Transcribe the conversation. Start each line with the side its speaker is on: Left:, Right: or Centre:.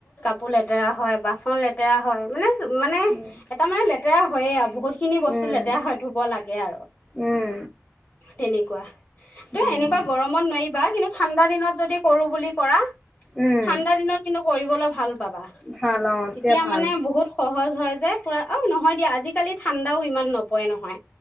Left: <unintelligible> লেতেৰা হয় বাচন লেতেৰা হয় মানে মানে
Centre: উম
Left: এটা মানে লে তেৰা হয়য়ে বহুত খিনি বস্তু
Centre: উম
Left: লেতেৰা হৈ ধুব লাগে আৰু
Centre: উম
Left: তেনেকুৱা তই
Centre: উম
Left: এনেকুৱা গৰমত নোৱাৰিবা কিন্তু ঠাণ্ডা দিনত যদি কৰো বুলি কৰা
Centre: উম
Left: ঠাণ্ডা দিনত কিন্তু কৰিব ল ভাল পাবা
Centre: ভাল অ
Left: তেতিয়া
Centre: ভাল
Left: মানে বহুত সহজ হয় যে পুৰা অ নহয় দিয়া আজিকালি ঠাণ্ডাও ইমান নপৰে নহয়